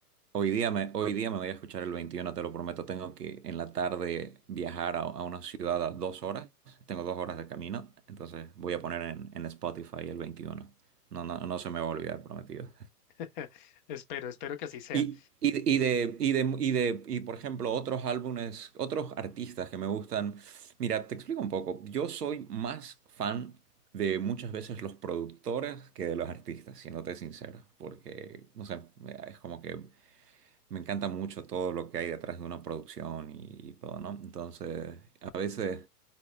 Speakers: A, on the right; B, on the left.
A: hoy día me, hoy día me voy a escuchar el 21, te lo prometo. Tengo que en la tarde viajar a, a una ciudad a dos horas. Tengo dos horas de camino, entonces voy a poner en, en Spotify el 21. No, no, no se me va a olvidar, prometido.
B: <laughs> Espero, espero que así sea.
A: Y, y, y de, y de, y de, y por ejemplo, otros álbumes, otros artistas que me gustan. Mira, te explico un poco. Yo soy más fan de muchas veces los productores que de los artistas, siéndote sincero, porque, no sé, me- es como que me encanta mucho todo lo que hay detrás de una producción y, todo, ¿no? Entonces, a veces...